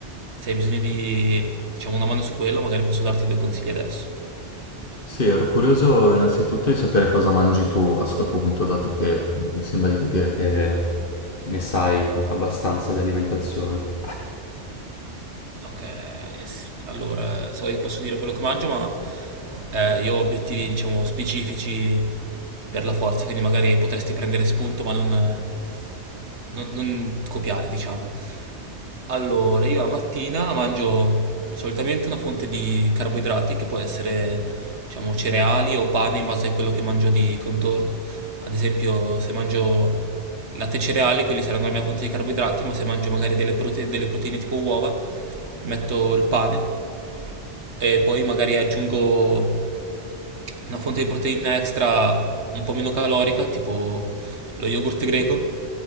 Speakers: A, on the right; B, on the left.
A: Se hai bisogno di, diciamo, una mano su quello, magari posso darti due consigli adesso.
B: Sì, ero curioso innanzitutto di sapere cosa mangi tu a sto punto, dato che mi sembra di capire che ne sai abbastanza di alimentazione.
A: Ok, s- allora, se vuoi posso dire quello che mangio, ma eh, io ho obiettivi, diciamo, specifici per la forza, quindi magari potresti prendere spunto, ma non, non, non copiare, diciamo. Allora, io la mattina mangio solitamente una fonte di carboidrati che può essere, diciamo, cereali o pane in base a quello che mangio di contorno. Ad esempio, se mangio latte e cereali, quelli saranno la mia fonte di carboidrati, ma se mangio magari delle, prote- delle proteine tipo uova, metto il pane e poi magari aggiungo una fonte di proteina extra un po' meno calorica, tipo lo yogurt greco